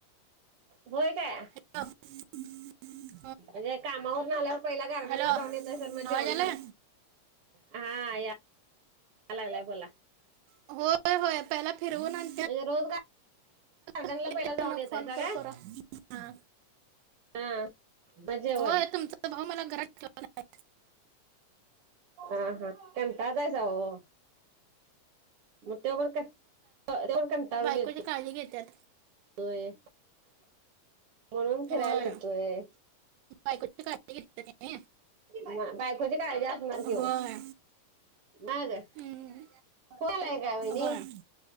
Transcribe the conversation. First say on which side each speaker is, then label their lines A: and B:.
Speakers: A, on the right; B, on the right.
A: होय काय?
B: <unintelligible>
A: अगं कामावरन आल्यावर, पहिला गार्डनला
B: हॅलो आवाज
A: जाऊन येतयसा, मग जेवण
B: आलाय
A: कर हां या, <unintelligible> लागलाय, बोला
B: होय-होय, पहिला फिरवून आण
A: म्हणजे रोज गार गार्डनला
B: त्यांना
A: पहिला, जाऊन येतायसा
B: फोन कॉल
A: का?
B: करा हां
A: हं म जेवण.
B: होय तुमचा भाऊ मला घरात ठेवला नाही
A: अं हं, कंटाळतासा ओ? मग त्योपण काय, अ त्योपण कंटाळूण
B: बायकोची
A: येतोय.
B: काळजी घेत्यात.
A: होय, म्हणून फिरायला
B: होय
A: नेतोय
B: बायकोची काळजी घेत्या, <unintelligible> नहीं?
A: म, बायकोची काळजी, असणार की
B: होय
A: वो. ना गं?
B: हम्म.
A: फोन आलाय का वहिणी?
B: होय